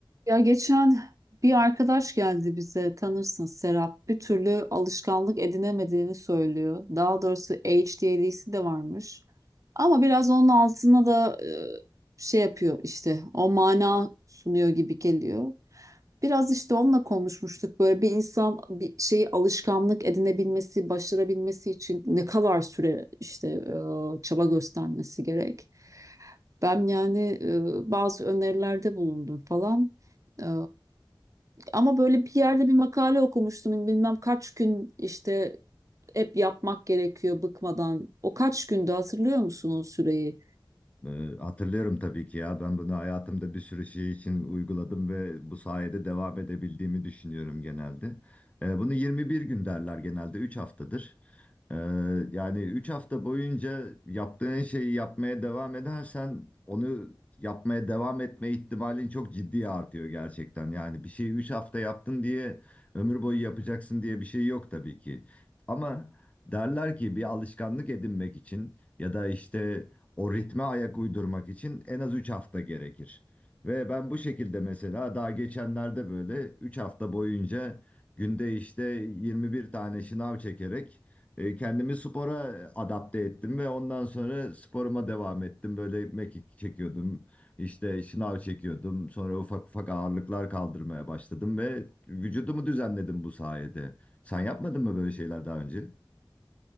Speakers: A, on the right; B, on the left.
A: Ya geçen bir arkadaş geldi bize tanırsın Serap. Bir türlü alışkanlık edinemediğini söylüyor. Daha doğrusu ADHD'si de varmış. Ama biraz onun altına da e, şey yapıyor işte o mana sunuyor gibi geliyor. Biraz işte onunla konuşmuştuk böyle bir insan bir şeyi alışkanlık edinebilmesi, başarabilmesi için ne kadar süre işte e, çaba göstermesi gerek. Ben yani e, bazı önerilerde bulundum falan. Ee, ama böyle bir yerde bir makale okumuştum. Bilmem kaç gün işte hep yapmak gerekiyor bıkmadan. O kaç günde hatırlıyor musun o süreyi?
B: Ee, Hatırlıyorum tabii ki ya ben bunu hayatımda bir sürü şey için uyguladım ve bu sayede devam edebildiğimi düşünüyorum genelde. Ee, Bunu 21 gün derler genelde 3 haftadır. Ee, Yani 3 hafta boyunca yaptığın şeyi yapmaya devam edersen onu yapmaya devam etme ihtimalin çok ciddi artıyor gerçekten. Yani bir şeyi 3 hafta yaptın diye ömür boyu yapacaksın diye bir şey yok tabii ki. Ama derler ki bir alışkanlık edinmek için ya da işte o ritme ayak uydurmak için en az 3 hafta gerekir. Ve ben bu şekilde mesela daha geçenlerde böyle 3 hafta boyunca günde işte 21 tane şınav çekerek e, kendimi spora e, adapte ettim ve ondan sonra sporuma devam ettim. Böyle mekik çekiyordum, işte şınav çekiyordum. Sonra ufak ufak ağırlıklar kaldırmaya başladım ve vücudumu düzenledim bu sayede. Sen yapmadın mı böyle şeyler daha önce?